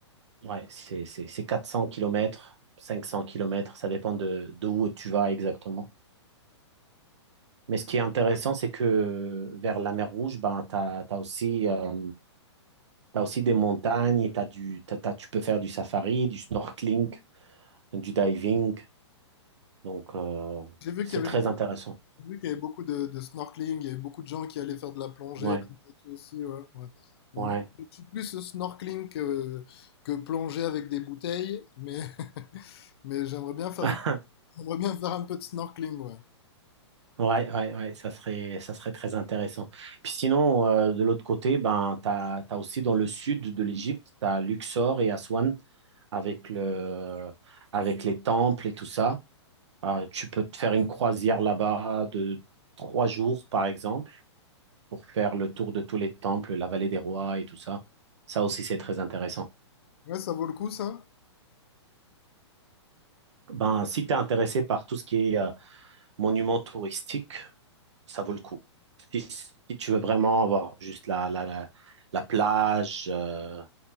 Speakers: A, on the right; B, on the left.
A: Ouais, c'est c'est- c'est quatre cents kilomètres, 500 kilomètres, ça dépend de, de où tu vas exactement. Mais ce qui est intéressant, c'est que vers la mer Rouge, ben, tu as, aussi, euh, t'as aussi des montagnes, et t'as du, t'as- t'as- tu peux faire du safari, du snorkeling. du diving. Donc, euh,
B: J'ai vu
A: c'est
B: qu'il y avait
A: très
B: beaucoup,
A: intéressant.
B: j'ai vu qu'il y avait beaucoup de, de snorkeling, il y avait beaucoup de gens qui allaient faire de la plongée
A: Ouais,
B: et tout aussi, ouais. ouais. Bon,
A: ouais.
B: moi, je suis plus snorkeling que, que plongée avec des bouteilles, mais, <laughs> mais j'aimerais bien faire
A: <laughs>
B: J'aimerais bien faire un peu de snorkeling, ouais.
A: Ouais, ouais, ouais, ça serait, ça serait très intéressant. Puis sinon, euh, de l'autre côté, ben, tu as, aussi dans le sud de l'Égypte, tu as Luxor et Aswan avec le, avec les temples et tout ça. Euh, tu peux te faire une croisière là-bas de trois jours, par exemple, pour faire le tour de tous les temples, la vallée des rois et tout ça. Ça aussi, c'est très intéressant.
B: Ouais, ça vaut le coup, ça?
A: Ben, si tu es intéressé par tout ce qui est euh, monuments touristiques, ça vaut le coup. Si, si tu veux vraiment avoir juste la, la, la, la plage, euh,